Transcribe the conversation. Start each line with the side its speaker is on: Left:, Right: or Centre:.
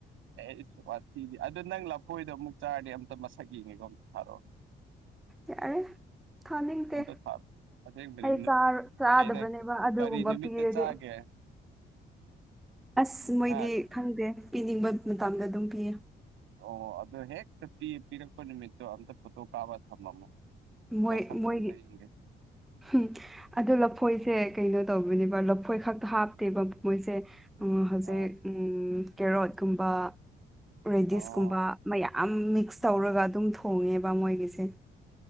Right: ꯑꯦ ꯋꯥꯊꯤꯗꯤ ꯑꯗꯨ ꯅꯪ ꯂꯐꯣꯏꯗꯣ ꯑꯃꯨꯛ ꯆꯥꯔꯗꯤ ꯑꯝꯇ ꯃꯁꯛ ꯌꯦꯡꯒꯦꯀꯣ ꯑꯝꯇ ꯊꯥꯔꯛꯑꯣ
Centre: ꯌꯥꯔꯦ ꯊꯥꯅꯤꯡꯇꯦ
Right: ꯑꯝꯇ ꯊꯥꯔꯛꯑꯣ ꯑꯁꯦꯡꯕꯅꯤ
Centre: ꯑꯩ
Right: ꯅꯨ-
Centre: ꯆꯥꯔ ꯆꯥꯗꯕꯅꯦꯕ
Right: ꯀꯩ ꯅꯪ
Centre: ꯑꯗꯨꯒꯨꯝꯕ
Right: ꯀꯔꯤ ꯅꯨꯃꯤꯠꯇ
Centre: ꯄꯤꯔꯗꯤ
Right: ꯆꯥꯒꯦ
Centre: ꯑꯁ ꯃꯣꯏꯗꯤ
Right: ꯍꯥ
Centre: ꯈꯪꯗꯦ ꯄꯤꯅꯤꯡꯕ ꯃꯇꯝꯗ ꯑꯗꯨꯝ ꯄꯤꯌꯦ
Right: ꯑꯣ ꯑꯗꯨ ꯍꯦꯛꯇ ꯄꯤ ꯄꯤꯔꯛꯄ ꯅꯨꯃꯤꯠꯇꯣ ꯑꯝꯇ ꯐꯣꯇꯣ ꯀꯥꯞꯄ ꯊꯝꯃꯝꯃꯣ
Centre: ꯃꯣꯏ
Right: ꯃꯁꯛꯇꯣ
Centre: ꯃꯣꯏꯒꯤ
Right: ꯑꯝꯇ ꯌꯦꯡꯒꯦ
Centre: ꯍꯨꯝ ꯑꯗꯨ ꯂꯐꯣꯏꯁꯦ ꯀꯩꯅꯣ ꯇꯧꯕꯅꯦꯕ ꯂꯐꯣꯏ ꯈꯛꯇ ꯍꯥꯞꯇꯦꯕ ꯃꯣꯏꯁꯦ ꯎꯝ ꯍꯧꯖꯤꯛ
Right: ꯑꯥ
Centre: ꯎꯝ ꯀꯦꯔꯣꯠꯀꯨꯝꯕ ꯔꯦꯗꯤꯁꯀꯨꯝꯕ
Right: ꯑꯣ
Centre: ꯃꯌꯥꯝ ꯑꯝ ꯃꯤꯛꯁ ꯇꯧꯔꯒ ꯑꯗꯨꯝ ꯊꯣꯡꯉꯦꯕ ꯃꯣꯏꯒꯤꯁꯦ